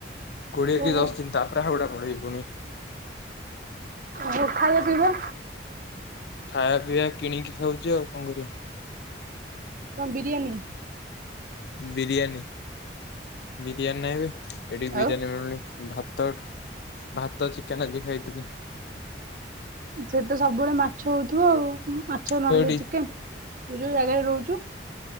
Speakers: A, on the left; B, on the right.
A: କୋଡିଏ କି
B: ଓହୋ
A: ଦଶ ଦିନ ତାପରେ ହାୱାଡା ପଳେଇବି ପୁଣିି।
B: ହଉ ଖାଇଲେ ପିଇବୁ।
A: ଖାଇବା ପିଇବା କିଣିକି ଖାଉଛି ଆଉ କଣ କରିବା।
B: କଣ ବିରିୟାନୀ।
A: ବିରିୟାନୀ ବିରିୟାନୀ ନାହିବେ ଏଠି
B: ଆଉ
A: ବିରିୟାନୀ ମିଳୁନି ଭାତ। ଭାତ ଚିକେନ ଆଜି ଖାଇଥିଲି।
B: ସେ ତ ସବୁବେଳେ ମାଛ ହଉଥିବ ଆଉ ମାଛ ନଲେ
A: କୋଉଠି
B: ଚିକେନ ତୁ ଯୋଉ ଜାଗାରେ ରହୁଛୁ।